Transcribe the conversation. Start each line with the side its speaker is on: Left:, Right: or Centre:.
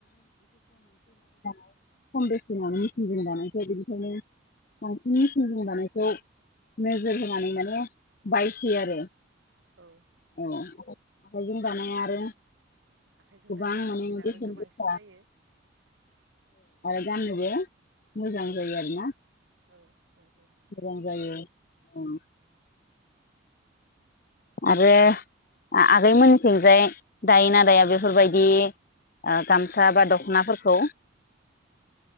Left: <unintelligible> खम बेसेनावनो
Right: औ
Left: होनानै मिथिनगोन दानायफ्राय बिनिखायनो बांसिन <unintelligible> नोजोर होनानै माने बायसै आरो
Right: औ औ
Left: औ आखाइजों दानाय आरो
Right: आखाइजों
Left: गोबां
Right: दानाया
Left: माने
Right: बेसेनाबो
Left: बेसेन
Right: गोबांसिन
Left: गोसा
Right: जायो
Left: <unintelligible> जां आरो ना
Right: औ नंगौ
Left: मोजां जायो उम आरो आ-आगैमोनथिंजाय दायो ना दाया बेफोरबायदि आ गामसा बा दखनाफोरखौ